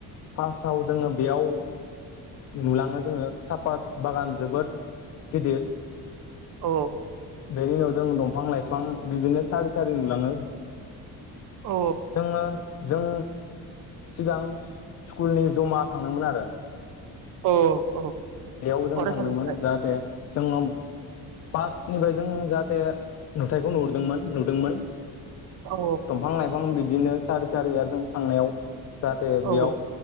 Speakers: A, on the left (about 50°); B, on the right (about 75°).
A: फार्स्टआव जोङो बेयाव नुलाङो जोङो साफात बागान जोबोद गिदिर
B: औ
A: बेनि उनाव जों दंफां लाइफां बिदिनो सारि सारि नुलाङो।
B: औ
A: जोङो जों सिगां स्कुलनि जमा थांदोंमोन आरो।
B: औ औ
A: बेयाव जों
B: फरायसालिनिफ्राय
A: थांदोंमोन जाहाथे जोंनाव पासनिफ्राय जों जाहाथे नुथायखौ नुहुरदोंमोन नुदोंमोन।
B: औ
A: दंफां लाइफां बिदिनो सारि सारिआर जों थांनायाव जाहाथे
B: औ
A: बेयाव